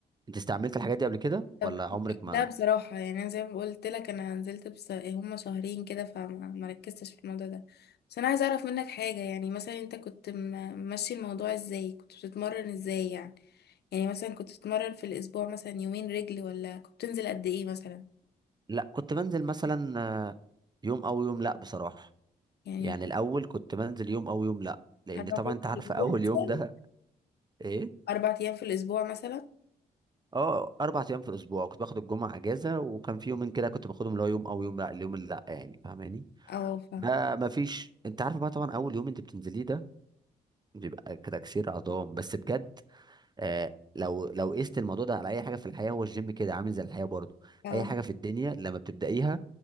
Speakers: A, on the right; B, on the left.
A: انت استعملت الحاجات دي قبل كده
B: طب
A: ولا عمرك ما
B: لا بصراحة يعني انا زي ما قلت لك انا نزلت بس هما شهرين كده فما ما ركزتش في الموضوع ده بس انا عايزة اعرف منك حاجة يعني مثلا انت كنت م- ماشي الموضوع ازاي كنت بتتمرن ازاي يعني يعني مثلا كنت بتتمرن في الاسبوع مثلا يومين رجل ولا كنت بتنزل قد ايه مثلا
A: لا كنت بنزل مثلا آه، يوم او يوم لا بصراحه
B: يعني
A: يعني الاول كنت بنزل يوم او يوم لا لان
B: اربع
A: طبعا
B: ايام
A: انت عارفه
B: في الاسبوع
A: اول
B: مثلا
A: يوم ده <laughs> ايه
B: اربع ايام في الاسبوع مثلا
A: اه اربع ايام في الاسبوع كنت باخد الجمعه اجازه وكان في يومين كده كنت باخدهم اللي هو يوم او يوم لا اليوم اللي لا يعني فاهماني
B: اه ف
A: ده ما فيش انت عارف بقى طبعا اول يوم انت بتنزليه ده بيبقى كتكسير عظام بس بجد آه لو لو قست الموضوع ده على اي حاجه في الحياه هو الجيم كده عامل زي الحياه برضو
B: اه
A: اي حاجه في الدنيا لما بتبدايها